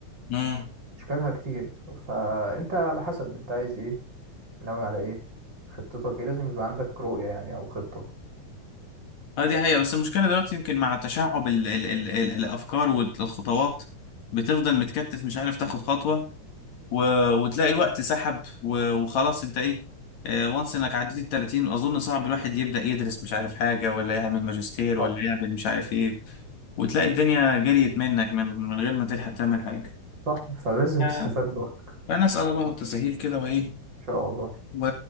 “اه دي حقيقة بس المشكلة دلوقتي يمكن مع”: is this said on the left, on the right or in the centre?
Left